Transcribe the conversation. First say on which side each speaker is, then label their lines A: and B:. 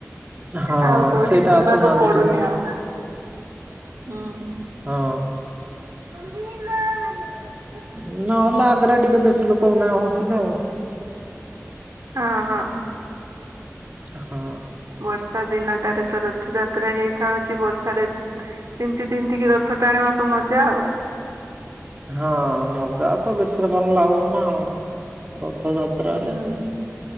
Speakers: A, on the right; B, on the right.
A: ହଁ
B: ଆଉ କୋଉଠିକି
A: ସେଇଟା
B: ଯିବାକୁ
A: ଆସୁନାହାନ୍ତି
B: ପଡୁନି
A: ଟିକେ ଆଉ।
B: ଆଉ। ହୁଁ ହୁ।
A: ହଁ।
B: <unintelligible>
A: ନହେଲେ ଆଗେରେ ଟିକେ ବେଶୀ ଲୋକ ନା ହଉଥିଲେ ଆଉ।
B: ହଁ ହଁ।
A: ହଁ।
B: ବର୍ଷା ଦିନଟାରେ ତ ରଥଯାତ୍ରା ହେଇଥାଉଛି ବର୍ଷାରେ ତିନ୍ତି ତିନ୍ତିକି ରଥ ଟାଣିବାକୁ ମଜା ଆଉ।
A: ହଁ ମଜା ତ ବେଶୀର୍ ଭଲ୍ ଲାଗୋବ ନା ଆଉ। ରଥଯାତ୍ରାରେ
B: ହୁଁ